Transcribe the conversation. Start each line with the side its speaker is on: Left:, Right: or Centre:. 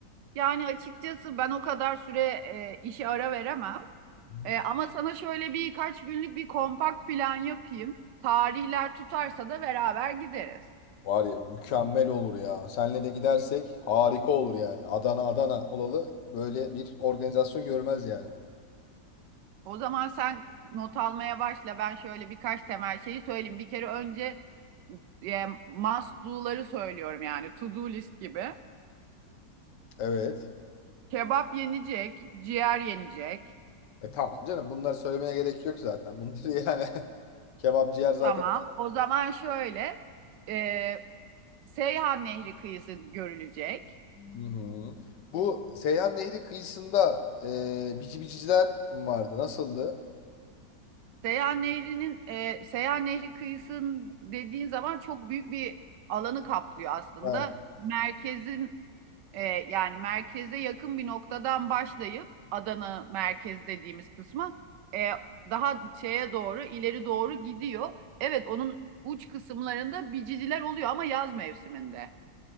Right: yani açıkçası ben o kadar süre e, işe ara veremem.
Left: Hı
Right: E,
Left: hı.
Right: ama sana şöyle birkaç günlük bir kompakt plan yapayım. Tarihler tutarsa da beraber gideriz.
Left: Var ya mükemmel olur ya. Senle de gidersek harika olur yani. Adana Adana olalı böyle bir organizasyon görmez yani.
Right: O zaman sen not almaya başla. Ben şöyle birkaç temel şeyi söyleyeyim. Bir kere önce e, must do'ları söylüyorum yani to do list gibi.
Left: Evet.
Right: Kebap yenecek, ciğer yenecek.
Left: E tamam canım bunları söylemene gerek yok zaten. Bunları <laughs> yani kebap ciğer zaten.
Right: Tamam. O zaman şöyle e, Seyhan Nehri kıyısı görülecek.
Left: Hı-hı. Bu Seyhan Nehri kıyısında e, bici biciciler vardı? Nasıldı?
Right: Seyhan Nehri'nin e, Seyhan Nehri kıyısının dediğin zaman çok büyük bir alanı kaplıyor aslında.
Left: Ha,
Right: Merkezin E, yani merkeze yakın bir noktadan başlayıp Adana merkez dediğimiz kısma e, daha şeye doğru ileri doğru gidiyor. Evet onun uç kısımlarında biciciler oluyor ama yaz mevsiminde.